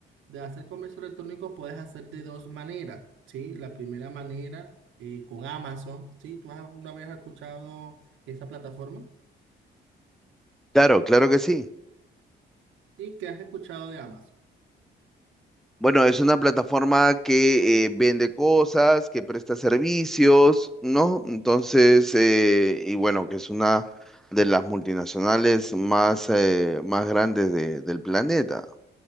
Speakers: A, on the right; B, in the centre.
A: De hacer comercio electrónico puedes hacer de dos maneras, ¿sí? La primera manera eh, con Amazon, ¿sí? ¿Tú has alguna vez escuchado esa plataforma?
B: Claro, claro que sí.
A: ¿Y qué has escuchado de Amazon?
B: Bueno, es una plataforma que eh, vende cosas, que presta servicios, ¿no? Entonces, eh, y bueno, que es una de las multinacionales más, eh, más grandes de- del planeta.